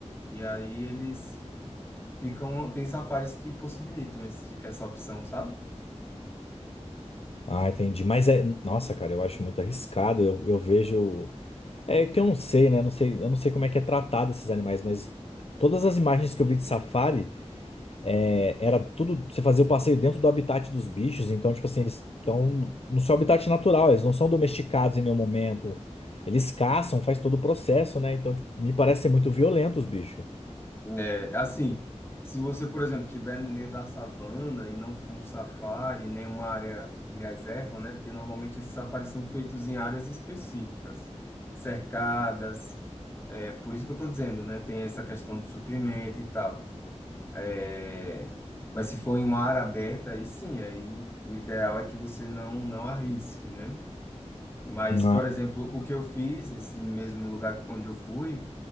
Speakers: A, on the left (about 20°); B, on the left (about 60°).
A: e aí eles ficam. Tem safaris que possibilitam esse- essa opção, sabe?
B: Ah, entendi. Mas é, nossa, cara, eu acho muito arriscado. Eu, eu vejo, é que eu não sei, né? Não sei, eu não sei como é que é tratado esses animais, mas todas as imagens que eu vi de Safari É, era tudo. Você fazia o passeio dentro do habitat dos bichos, então, tipo assim, eles estão no seu habitat natural, eles não são domesticados em nenhum momento. Eles caçam, faz todo o processo, né? Então, tipo, me parece ser muito violento os bichos.
A: É, assim, se você, por exemplo, estiver no meio da savana e não for um safari, nem uma área de reserva, né? Porque normalmente esses safaris são feitos em áreas específicas, cercadas. É, por isso que eu estou dizendo, né? Tem essa questão do suprimento e tal. É, mas se for em uma área aberta, aí sim, aí o ideal é que você não, não arrisque, né? Mas,
B: Ah,
A: por exemplo, o que eu fiz, esse mesmo lugar onde eu fui,